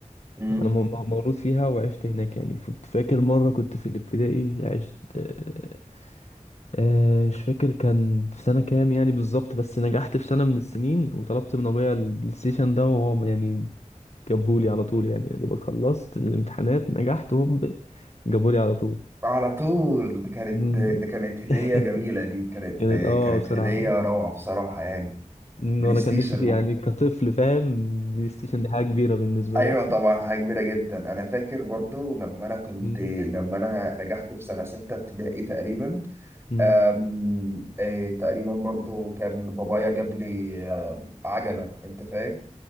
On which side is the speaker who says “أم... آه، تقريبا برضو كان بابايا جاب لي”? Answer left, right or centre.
Right